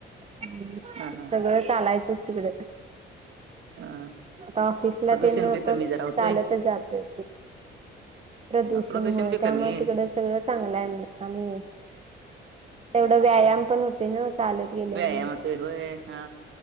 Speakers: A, on the right; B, on the right.
A: हं
B: हा हा
A: सगळं चालायचंच तिकड
B: हा
A: आता ऑफिसला
B: प्रदूषण
A: तेन
B: बी कमी
A: पण
B: जरा होतंय
A: चालतच जातोय. प्रदूषण
B: अ,
A: होय,
B: बी
A: त्यामुळे
B: कमी
A: तिकडच सगळ चांगलाय म्हण आणि तेवढ व्यायाम पण होतंय नव चालत. गेल्यामुळे
B: व्यायाम होतंय होय, हा